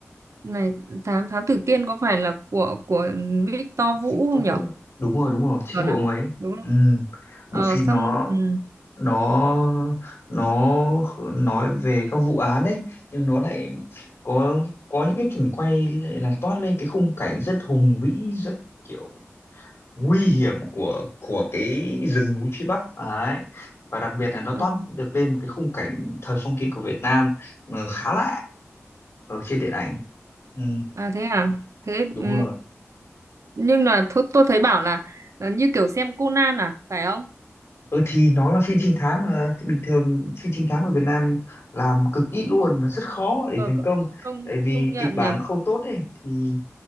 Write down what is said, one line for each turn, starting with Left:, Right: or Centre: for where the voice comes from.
Right: này thám thám tử Kiên có phải là của của Victor Vũ
Left: Victor
Right: không nhở
Left: Vũ đúng rồi đúng rồi chính
Right: chuẩn
Left: của
Right: à
Left: ông ấy
Right: đúng không
Left: Ừm, bộ
Right: ờ
Left: phim
Right: xong
Left: nó
Right: ừ.
Left: nó nó nói về các vụ án đấy nhưng nó lại có có những cái cảnh quay lại làm toát lên cái khung cảnh rất hùng vĩ rất kiểu nguy hiểm của của cái rừng núi phía Bắc ấy và đặc biệt là nó
Right: à,
Left: toát được lên một cái khung cảnh thời phong kiến của Việt Nam mà khá lạ ở trên điện ảnh ừ,
Right: à, thế à thế
Left: đúng
Right: ừ.
Left: rồi
Right: nhưng là thôi tôi thấy bảo là, là như kiểu xem Conan à phải không
Left: Ừ thì nó là phim trinh thám mà Thì bình thường phim trinh thám ở Việt Nam làm cực ít luôn và rất khó để
Right: ờ,
Left: thành công
Right: công
Left: tại vì
Right: công nhận
Left: kịch bản
Right: nhỉ
Left: nó không tốt ấy thì